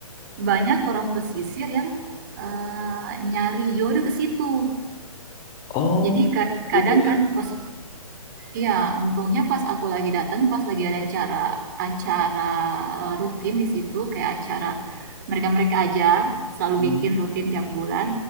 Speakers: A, on the right; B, on the left.
A: banyak orang pesisir yang, eee, nyari jodoh ke situ.
B: Oh,
A: Jadi
B: gitu
A: kadang
B: ya.
A: kan pes Iya, untungnya pas aku lagi datang, pas lagi ada acara acara eee, rutin di situ, kayak acara mereka-mereka aja, selalu
B: Mhm.
A: bikin rutin tiap bulan.